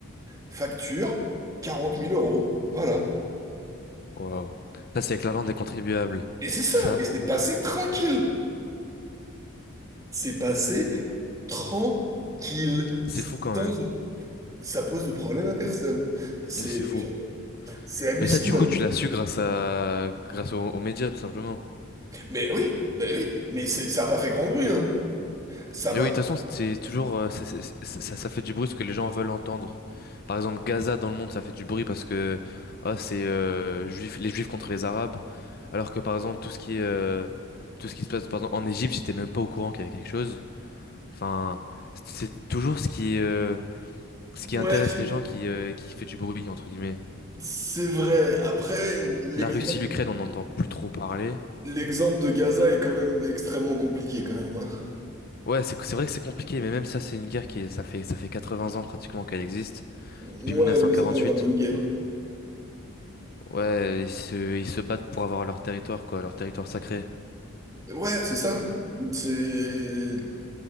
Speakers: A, on the right; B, on the left.
A: facture, quarante mille euros. Voilà.
B: Waouh. Ça, c'est avec l'argent des contribuables.
A: Et c'est ça,
B: Ça,
A: et c'est passé tranquille. C'est passé tranquille.
B: c'est fou quand
A: Sans,
B: même.
A: ça pose de problème à personne. C'est,
B: C'est fou.
A: c'est hallucinant.
B: Mais ça, du coup, tu l'as su grâce à, grâce aux, aux médias, tout simplement.
A: Mais oui, ben oui, mais c'est, ça n'a pas fait grand bruit, hein. Ça
B: Mais
A: a pas,
B: oui, de toute façon, c'est toujours euh, ça, ça, ça- ça- ça fait du bruit ce que les gens veulent entendre. Par exemple, Gaza dans le monde, ça fait du bruit parce que ah, c'est euh, juif- les Juifs contre les Arabes. Alors que par exemple, tout ce qui est, euh, tout ce qui se passe par exemple, en Égypte, j'étais même pas au courant qu'il y avait quelque chose. Enfin, c'est c'est toujours ce qui euh, ce qui
A: ouais,
B: intéresse
A: je-
B: les gens qui euh, qui fait du bruit entre guillemets.
A: c'est vrai. Après, l'exemple.
B: La Russie, l'Ukraine, on n'entend plus trop parler.
A: L'exemple de Gaza est quand même extrêmement compliqué quand même. hein.
B: Ouais, c'est c'est vrai que c'est compliqué, mais même ça, c'est une guerre qui est- ça fait ça fait 80 ans pratiquement qu'elle existe
A: Ouais,
B: depuis 1948.
A: mais c'est pas vraiment une guerre.
B: Ouais, ils se, ils se battent pour avoir leur territoire, quoi, leur territoire sacré.
A: Ouais, c'est ça. C'est...